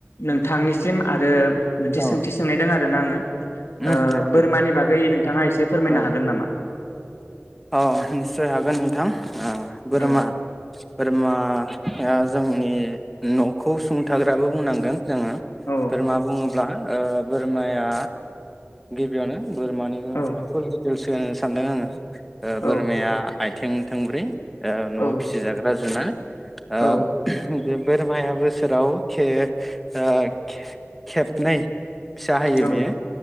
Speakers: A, on the left; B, in the centre.
A: नोंथांनिसिम आरो मोनसे
B: औ
A: सों खोनादो ना आङो?
B: उम
A: ओ
B: दे
A: बोरमानि बागै नोंथाङा एसे फोरमायनो
B: औ
A: हागोन नामा?
B: अ निस्सय हागोन नोंथां। ओ बोरमा
A: औ
B: बोरमा ओ जोंनि नखौ सुंथाग्राबो बुंनांगोन। जोङो
A: औ
B: बोरमा बुङो अब्ला ओ बोरमाया गिबियावनो बोरमानि
A: औ
B: <unintelligible> <unintelligible> सानदों आङो ओ
A: औ
B: बोरमाया आइथिं थोंब्रै ओ न'आव
A: औ
B: फिसिजाग्रा जुनार ओ
A: औ
B: बे बोरमाया बोसोराव खे ओ खे खेबनै फिसा होयो
A: औ
B: बियो